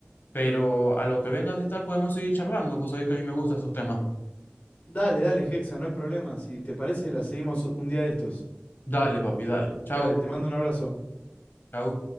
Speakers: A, on the left; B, on the left.
A: Pero a lo que vengas y tal, podemos seguir charlando. Vos sabés que a mí me gustan esos temas.
B: Dale, dale, Hexa, no hay problema. Si te parece, la seguimos un día de estos.
A: Dale, papi, dale. Chao,
B: Dale, te mando un abrazo.
A: chao.